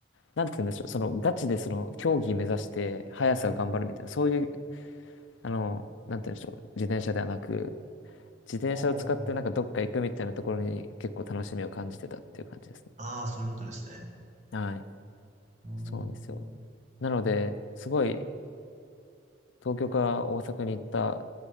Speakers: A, on the left; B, on the right.
A: なんて言うんでしょう、その、ガチでその、競技目指して、速さを頑張るみたいな、そういう、あの、なんて言うんでしょう、自転車ではなく、自転車を使ってなんかどっか行くみたいなところに結構楽しみを感じてたっていう感じですね。
B: ほうほうほうほう。ああ、そういうことですね。
A: はい。
B: うーん。
A: そうなんですよ。
B: う
A: なので、すごい東京から大阪に行った